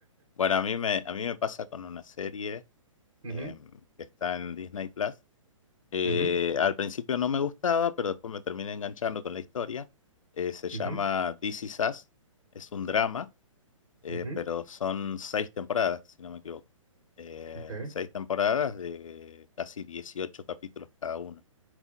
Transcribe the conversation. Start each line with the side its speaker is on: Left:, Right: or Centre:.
Left: Bueno, a mí me, a mí me pasa con una serie
Right: <laughs> Ujú,
Left: em, que está en Disney Plus, Eh,
Right: ujú,
Left: al principio no me gustaba, pero después me terminé enganchando con la historia. Eh, se llama
Right: ujú.
Left: This Is Us. Es un drama, eh,
Right: Ujú,
Left: pero son seis temporadas, si no me equivoco. Eh,
Right: ok,
Left: seis temporadas de casi 18 capítulos cada una.